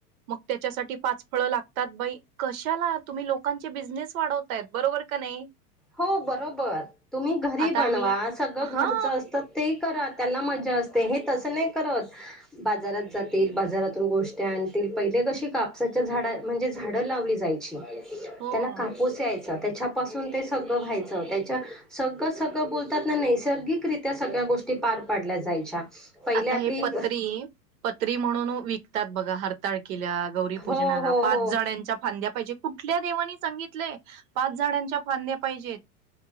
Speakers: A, on the right; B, in the centre.
A: मग त्याच्यासाठी पाच फळ लागतात बाई कशाला तुम्ही लोकांचे बिझनेस वाढवतायत बरोबर का नाही
B: हो बरोबर तुम्ही घरी
A: आता
B: बनवा
A: आम्ही
B: सगळ घरच
A: हा
B: असतात ते करात त्यांना मजा असते हे तस नाही करत बाजारात जातील बाजारातून गोष्टी आणतील पहिले कशी कापसाच्या झाडा म्हणजे झाडं लावली जायची
A: हो.
B: त्याला कापूस यायचा त्याच्या पासून ते सगळं व्हायचं त्याच्या सगळं सगळं बोलतात ना नैसर्गिकरित्या सगळ्या गोष्टी पार पडल्या जायच्या पहिले
A: आता
B: आपली
A: हे पत्री पत म्हणून विकतात बघा हर तळकील्या गौरी पूजनाला
B: हो हो
A: पाच
B: हो
A: जण्याांच्या फांद्या पाहिजे कुठल्या देवाांनी गित पाच झाडाचे ां पाहिजेत